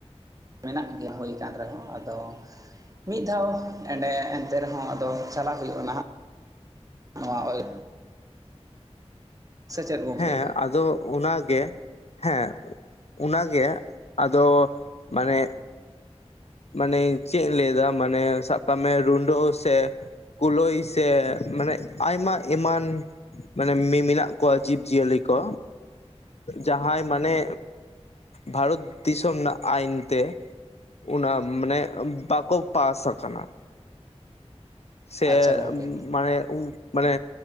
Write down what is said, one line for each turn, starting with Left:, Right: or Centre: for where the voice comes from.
Right: ᱢᱮᱱᱟᱜ ᱜᱮᱭᱟ ᱦᱩᱭ ᱟᱠᱟᱱ ᱨᱮᱦᱚᱸ ᱟᱫᱚ ᱢᱤᱫ ᱫᱷᱟᱣ ᱮᱱᱰᱮ ᱮᱱᱛᱮ ᱨᱮᱦᱚᱸ ᱟᱫᱚ ᱪᱟᱞᱟᱜ ᱦᱩᱭᱩᱜᱼᱟ ᱱᱟᱦᱟᱜ ᱱᱚᱣᱟ ᱳᱭ ᱪᱮᱫ ᱜᱚᱢᱠᱮ
Left: ᱦᱮᱸ ᱟᱫᱚ ᱚᱱᱟᱜᱮ ᱦᱮᱸ ᱚᱱᱟᱜᱮ ᱟᱫᱚ ᱢᱟᱱᱮ ᱢᱟᱱᱮ ᱪᱮᱫ ᱤᱧ ᱞᱟᱹᱭ ᱮᱫᱟ ᱢᱟᱱᱮ ᱥᱟᱵ ᱠᱟᱜ ᱢᱮ ᱨᱩᱰᱟᱹ ᱦᱚᱸ ᱥᱮ ᱠᱩᱞᱟᱹᱭ ᱥᱮ ᱢᱟᱱᱮ ᱟᱭᱢᱟ ᱮᱢᱟᱱ ᱢᱟᱱᱮ ᱢᱮᱱᱟᱜ ᱠᱚᱣᱟ ᱡᱤᱵ ᱡᱤᱭᱟᱹᱞᱤ ᱠᱚ ᱡᱟᱦᱟᱸᱭ ᱢᱟᱱᱮ ᱵᱷᱟᱨᱚᱛ ᱫᱤᱥᱚᱢ ᱨᱮᱱᱟᱜ ᱟᱹᱭᱤᱱ ᱛᱮ ᱚᱱᱟ ᱢᱟᱱᱮ ᱵᱟᱠᱚ ᱯᱟᱥ ᱟᱠᱟᱱᱟ ᱥᱮ
Right: ᱟᱪᱪᱷᱟ ᱜᱚᱢᱠᱮ
Left: ᱢᱟᱱᱮ ᱢᱟᱱᱮ